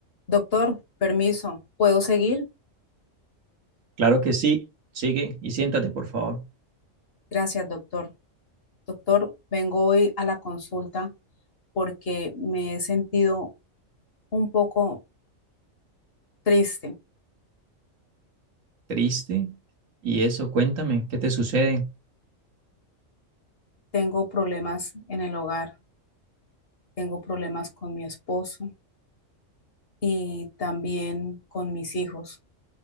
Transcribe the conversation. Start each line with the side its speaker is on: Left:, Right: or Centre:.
Left: Doctor, permiso, ¿puedo seguir?
Right: Claro que sí. Sigue y siéntate, por favor.
Left: Gracias, doctor. Doctor, vengo hoy a la consulta porque me he sentido un poco triste.
Right: ¿Triste? ¿Y eso? Cuéntame, ¿qué te sucede?
Left: Tengo problemas en el hogar, tengo problemas con mi esposo y también con mis hijos.